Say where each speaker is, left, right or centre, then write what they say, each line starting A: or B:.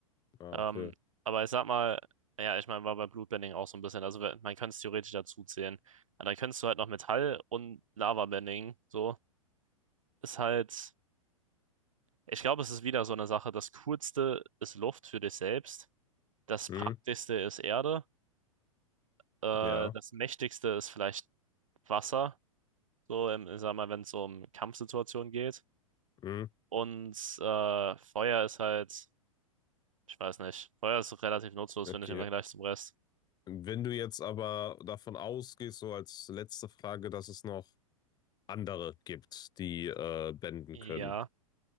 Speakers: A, on the left; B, on the right.
A: Ah,
B: Ähm,
A: okay.
B: aber ich sag mal, ja, ich meine, war bei Bloodbending auch so ein bisschen. Also man könnte es theoretisch dazu zählen. Aber dann könntest du halt noch Metall und Lavabending. So ist halt, ich glaube, es ist wieder so eine Sache. Das Coolste ist Luft für dich selbst. Das
A: Hm,
B: Praktischste ist Erde. Äh,
A: ja.
B: das Mächtigste ist vielleicht Wasser. So, im, ich sag mal, wenn es so um Kampfsituationen geht.
A: Hm,
B: Und äh, Feuer ist halt, ich weiß nicht, Feuer ist relativ nutzlos,
A: okay.
B: finde ich, im Vergleich zum Rest.
A: Wenn du jetzt aber davon ausgehst, so als letzte Frage, dass es noch andere gibt, die äh, bänden
B: Ja.
A: können,